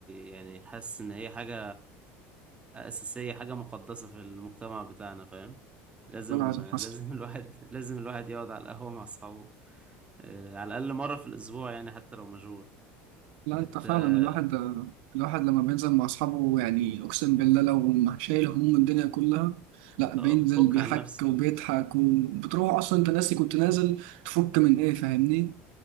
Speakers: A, on the right; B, on the right.
A: يعني حاسس إن هي حاجة أساسية حاجة مقدسة في المجتمع بتاعنا فاهم لازم
B: ولا عايز
A: لازم
B: حصل
A: <laughs> الواحد لازم الواحد يقعد على القهوة مع أصحابه آه، على الأقل مرة في الأسبوع يعني حتى لو مشغول
B: لا
A: بت
B: انت فعلا
A: آه
B: الواحد الواحد لما بينزل مع اصحابه يعني اقسم بالله لو ما شايل هموم الدنيا كلها لا بينزل
A: آه، بتفك
B: بيحك
A: عن نفسك
B: وبيضحك وبتروح اصلا انت ناسي كنت نازل تفك من ايه فاهمني؟